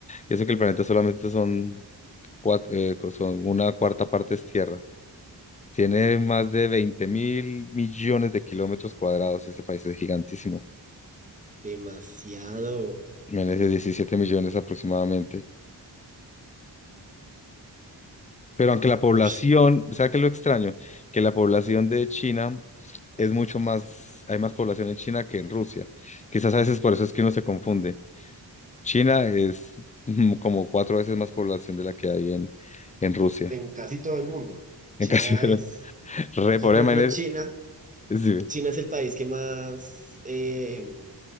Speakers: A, on the left; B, on the right.
A: y eso que el planeta solamente son, cuat- eh, co- son una cuarta parte es tierra. Tiene más de 20 mil millones de kilómetros cuadrados. Ese país es gigantísimo.
B: demasiado.
A: Imagínense, 17 millones aproximadamente. Pero aunque la población,
B: Ush,
A: ¿sabes qué es lo extraño? Que la población de China es mucho más, hay más población en China que en Rusia. Quizás a veces por eso es que uno se confunde. China es <laughs> mm, como cuatro veces más población de la que hay en, en Rusia.
B: en casi todo el mundo. China
A: En casi <laughs>
B: es.
A: re
B: O sea,
A: pobre
B: por ejemplo,
A: manera-
B: China.
A: sí,
B: China es el país que más eh,